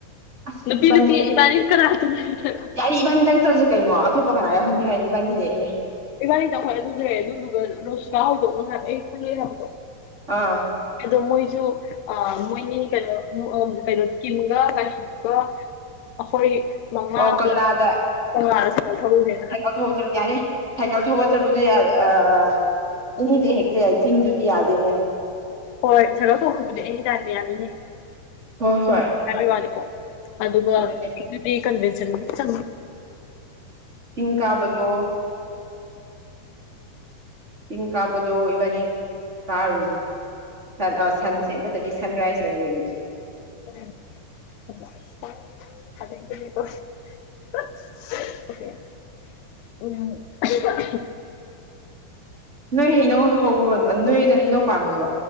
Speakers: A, on the right (about 20°); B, on the left (about 85°).
A: ꯑꯁ
B: ꯅꯨꯄꯤ
A: ꯏꯕꯥꯅꯤ
B: ꯅꯨꯄꯤ
A: ꯅ‌ꯦ
B: ꯀꯅꯥ ꯇꯤꯟꯅꯔꯤꯒꯦ ꯑꯇꯣꯞꯄ
A: ꯌꯥꯔ‌ꯦ ꯏꯕꯥꯅꯤꯗꯪ ꯆꯠꯂꯖ‌ꯦ ꯀꯩꯅꯣ ꯑꯇ‌ꯣꯞꯄꯥ ꯀꯅꯥ ꯌꯥꯎꯍꯟꯒ‌ꯦ ꯍꯥꯏꯅ‌ꯣ ꯏꯕꯥꯟꯅꯤ ꯗꯩ ꯑ‌ꯦ
B: ꯏꯕꯥꯅꯤ ꯇꯧ ꯍꯣꯏ ꯑꯗꯨ ꯖꯨ ꯂꯩ꯭ꯔꯦ ꯑꯗꯨꯗꯨꯒ ꯔꯣꯁꯤꯇꯥ ꯍ‌ꯣꯏꯗꯣ ꯉꯍꯥꯟ ꯑꯩ ꯄꯨꯂꯛ ꯑ‌ꯦ‌ ꯍꯥꯏꯕꯗꯣ
A: ꯑꯥ
B: ꯑꯗꯣ ꯃꯣꯏꯖꯨ ꯑꯥ ꯃꯣꯏꯅꯤ ꯀꯩꯅꯣ ꯀꯩꯅꯣ ꯀꯤꯝꯒ ꯑꯗꯨꯒ ꯑꯩꯈꯣꯏ ꯃꯉꯥ
A: ꯑꯣ ꯀꯪꯂꯥꯗ
B: ꯄꯨꯂꯞ ꯇ‌ꯣꯉꯥꯟ ꯁꯥꯏꯀꯜ ꯊꯧꯔꯨꯖ‌ꯦ
A: <unintelligible> ꯌꯥꯔꯦ ꯁꯥꯏꯀꯜ ꯊꯧꯕ ꯆꯠꯄꯗꯥ ꯌꯥ ꯑꯥ ꯏꯪꯉꯤꯅ‌ꯦ ꯍꯦꯛꯇ ꯆꯤꯡꯗꯨꯗꯤ ꯌꯥꯗꯦꯅꯦ
B: ꯍꯣꯏ ꯁꯥꯏꯀꯜ ꯊꯧꯕ ꯗꯨꯗꯤ ꯑꯦꯅꯤ ꯇꯥꯏꯝꯗ ꯌꯥꯅꯤꯅꯦ
A: ꯍꯣꯏ
B: ꯁꯨꯝ
A: ꯍꯣꯏ
B: ꯍꯥꯏꯕꯩ ꯋꯥꯅꯤꯀ‌ꯣ ꯑꯗꯨꯒ
A: ꯑꯗꯨꯅꯦ
B: <unintelligible> ꯀꯟꯚ‌ꯦꯁꯟ ꯆꯪ
A: ꯆꯤꯡ ꯀꯥꯕꯥꯗ‌ꯣ ꯆꯤꯡ ꯀꯥꯕꯗꯣ ꯏꯕꯥꯅꯤ ꯀꯥꯔꯨꯖ‌ꯦ ꯁꯟ ꯑꯥ ꯁꯟꯁꯦꯠ ꯅꯠꯇ꯭ꯔꯗꯤ ꯁꯟꯔꯥꯏꯁ ꯑꯣꯏꯅ ꯌꯦꯡꯉꯨꯖ‌ꯦ
B: <inaudible> <unintelligible> <unintelligible>
A: ꯅꯣꯏ ꯍꯩꯅꯧ ꯍꯧꯕ꯭ꯔꯣ ꯅꯣꯏꯗ ꯍꯩꯅꯧ ꯄꯥꯟꯕꯣ